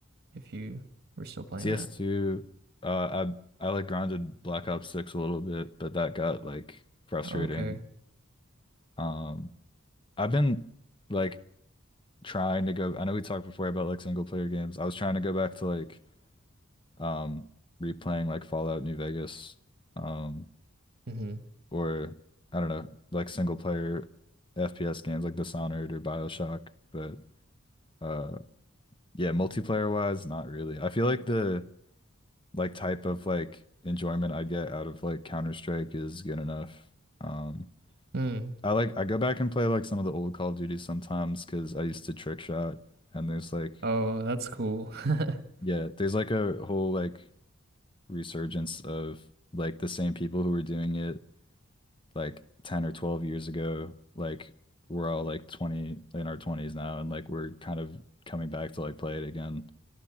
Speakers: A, on the right; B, on the left.
A: if you were still playing
B: CS2,
A: that?
B: uh I I like grounded Black Ops 6 a little bit, but that got like frustrating.
A: Oh, okay.
B: Um I've been like trying to go. I know we talked before about like single player games. I was trying to go back to like um replaying like Fallout New Vegas, um,
A: Mm-hmm.
B: or I don't know, like single player FPS games like Dishonored or BioShock. But uh yeah, multiplayer wise, not really. I feel like the like type of like enjoyment I get out of like Counter-Strike is good enough. Um
A: Mm.
B: I like I go back and play like some of the old Call of Duty sometimes because I used to trick shot and there's like
A: Oh, that's cool. <laughs>
B: Yeah, there's like a whole like resurgence of like the same people who were doing it like 10 or 12 years ago. Like we're all like 20 in our 20s now and like we're kind of coming back to like play it again.